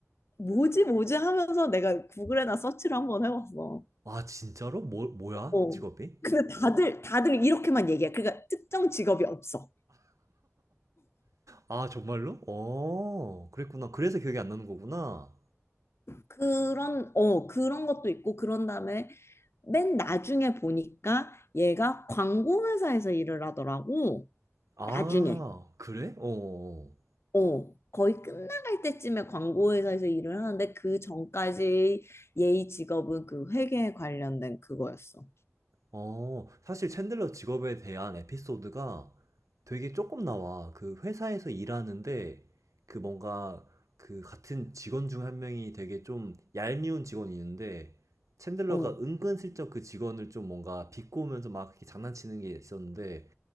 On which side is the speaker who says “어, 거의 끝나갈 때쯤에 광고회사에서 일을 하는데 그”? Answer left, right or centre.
Left